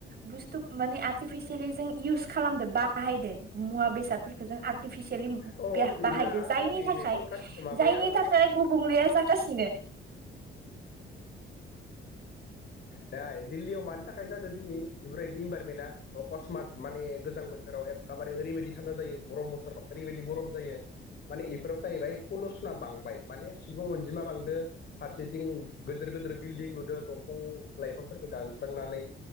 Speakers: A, on the right; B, on the left.
A: बुु म <unintelligible> एक्लि जों इउस खालामदो बाहायदो मुवा बेसादफोरखौ जों आरो आरटिफिसियेलि
B: अ नङा
A: बाहायदो
B: आं
A: जायनि
B: बुंनि
A: थाखाय
B: नै कलकाता माबायाव
A: जायनि थाखाय गुबुंलेया जागासिनो।
B: नाय दिल्लीयाव मानि थाखाय जादों दिनै बेफोरबायदि इनभाररमेन्टआ अकस्मात माने गोजां बोथोराव एखेबारे ओरैबायदि थान्दा जायो गरम बोथोर ओरैबायदि गरम जायो माने बेफोराव जाहैबाय पलिुसना बांबाय माने सुबुं अनजिमा बांदो फारसेथिं गिदोर गोिदोर बिल्डिं लुदों दंफां लाइफांफोरखौ दानस्रांनानै